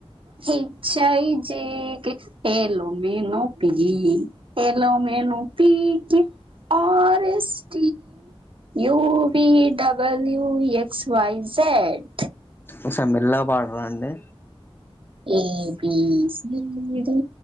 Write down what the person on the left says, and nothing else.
ఒకసారి మెల్లగా పాడరా అండి.